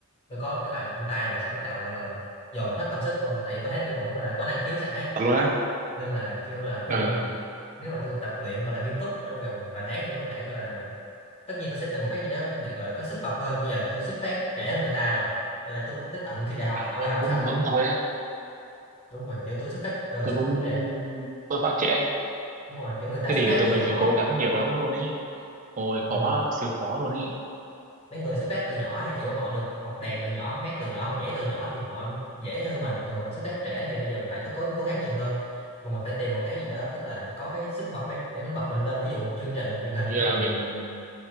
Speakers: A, on the left; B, on the right.
A: tôi có một cái bằng trong tay rồi tôi sẽ bắt đầu gọi là dồn hết tâm sức vô tại vì tôi thấy tôi cũng gọi là có năng khiếu sẵn ấy
B: thật luôn á?
A: nên là kêu là
B: ờ
A: tôi nếu mà tôi tập luyện gọi là nghiêm túc trong vòng vài tháng thì tôi có thể gọi là tất nhiên tôi sẽ tìm một cái gì đó để gọi là có sức bật hơn bây giờ tôi xuất phát trễ hơn người ta rồi nên là tôi lúc tới tận khi đại học
B: à
A: đậu đại
B: Ờ,
A: học
B: cũng
A: xong
B: giống
A: tôi mới bắt-
B: tôi á
A: đúng rồi kiểu tôi xuất phát ờ,
B: tôi
A: xuất
B: cũng
A: phát trễ
B: tôi phá trễ
A: đúng rồi kiểu người ta
B: thế
A: xuất
B: thì
A: phát
B: tụi
A: từ
B: mình
A: nhỏ
B: phải cố gắng nhiều lắm luôn ý ôi khó
A: ừ.
B: siêu khó luôn ý
A: mấy người xuất phát từ nhỏ thì kiểu họ được học đàn từ nhỏ học hát từ nhỏ học nhảy từ nhỏ thì họ dễ hơn mình còn mình xuất phát trễ thì bây giờ mình phải tôi có cố gắng nhiều hơn mà mình phải tìm một cái gì đó tức là có cái sức bật ấy để mình bật mình lên ví dụ một chương trình truyền hình
B: như
A: chẳng hạn
B: là mình